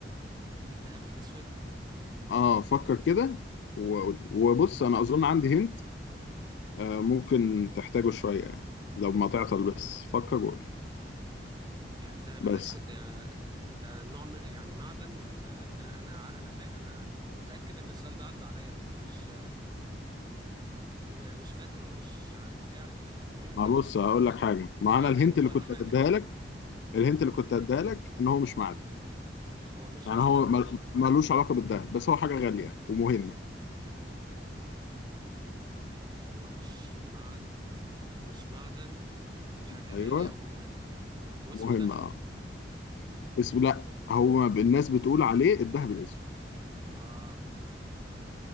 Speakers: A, on the right; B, on the left.
A: الدهب الاسود
B: آه فكر كده وقول وبص أنا أظن عندي هنت آه، ممكن تحتاجه شوية يعني لو ما تعطل بس فكر وقول
A: يعني الدهب الاسود
B: بس
A: يعني ده نوع من- يعني معدن ولا انا انا ع- انا فا... انا متأكد ان السؤال ده عدى عليا بس مش م- مش فاكره مش ع- مش جاي على دماغي طب ممكن
B: ما بص هقول لك حاجة ما
A: اه
B: أنا الهنت
A: هنت
B: اللي
A: ولا
B: كنت
A: حاجة
B: أديها لك الهنت اللي كنت أديها لك إن هو مش معدن
A: هو مش
B: يعني
A: معدن
B: هو مل- ملوش علاقة بالدهب بس هو حاجة غالية ومهمة
A: هو مش معدن مش معدن وحاجة
B: أيوه
A: غالية ومهمة واسمه
B: مهمة
A: ذهب
B: أه اسمه لأ هو ب- الناس بتقول عليه الدهب الأسود
A: آه